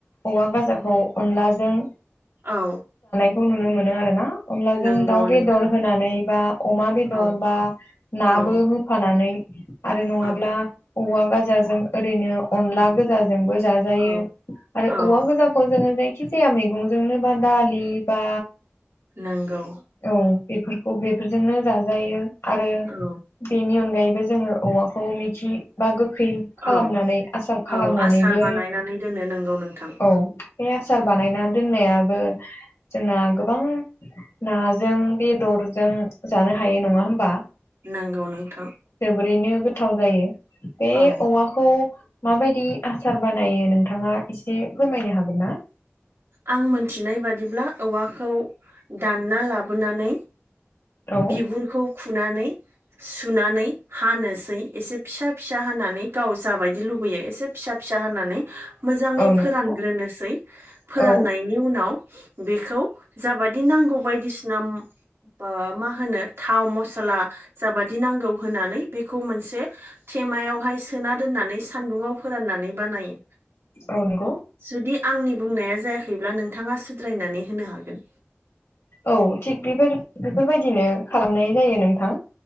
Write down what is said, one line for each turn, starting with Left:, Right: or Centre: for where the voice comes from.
Left: औवा गाजाखौ अनलाजों
Right: औ।
Left: जानायखौ नुनो मोनो आरो ना। अब्ला जों
Right: नंगौ
Left: दाउ बेदर
Right: नोंथां
Left: होनानै बा अमा बेदर
Right: औ
Left: बा नाबो
Right: औ
Left: होफानानै आरो नङाब्ला
Right: औ
Left: औवा गाजाजों ओरैनो अनला गोजा जोंबो जाजायो
Right: औ
Left: आरो
Right: औ
Left: औवा गाजाखौ जोङो जाय खिजाया मैगंजोंनो बा दालि बा
Right: नंगौ
Left: औ बेफोरखौ बेफोरजोंनो जाजायो आरो
Right: औ
Left: बेनि अनगायैबो जोङो औवा खौ मिथि बा गोखै खालामनानै
Right: औ
Left: खालामनानैबो
Right: औ आसार बानायनानै दोनो नंगौ नोंथां
Left: औ आसार
Right: उम
Left: बानायना दोनायाबो जोंना गोबां नाजों बेदरजों जानो हायो नङा होनबा,
Right: नंगौ नोंथां
Left: जोबोरैनो गोथाव जायो। बे
Right: औ
Left: औवाखौ माबायदि आसार बानायो नोंथाङा एसे फोरमायनो हागोन ना?
Right: आं मोनथिनाय बादिब्ला औवाखौ दानना लाबोनानै
Left: औ
Right: बिगुरखौ खुनानै सुनानै हानोसै एसे फिसा फिसा हानानै गाव जाबायदि लुबैयो एसे फिसा फिसा हानानै मोजाङै
Left: औ नंगौ
Right: फोरानग्रोनोसै, फोराननायनि
Left: औ
Right: उनाव बेखौ जाबादि नांगौ बायदिसिना ओ मा होनो थाव मसला जाबादि नांगौ होनानै बेखौ मोनसे थेमायावहाय सोना दोन्नानै सान्दुुङाव फोराननानै बानायो।
Left: औ नंगौ।
Right: जुदि आंनि बुंनाया जायाखैब्ला नोंथाङा सुद्रायनानै होनो हागोन।
Left: औ थिग बेफोर बेफोरबायदिनो खालामनाय जायो नोंथां।